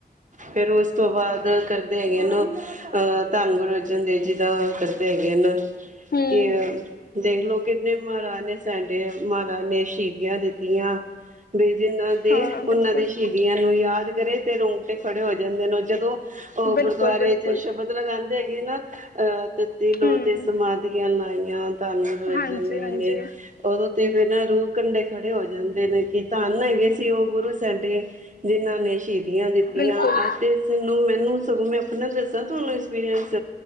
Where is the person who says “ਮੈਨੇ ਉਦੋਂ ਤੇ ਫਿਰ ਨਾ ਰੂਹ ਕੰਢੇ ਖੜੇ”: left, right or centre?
Right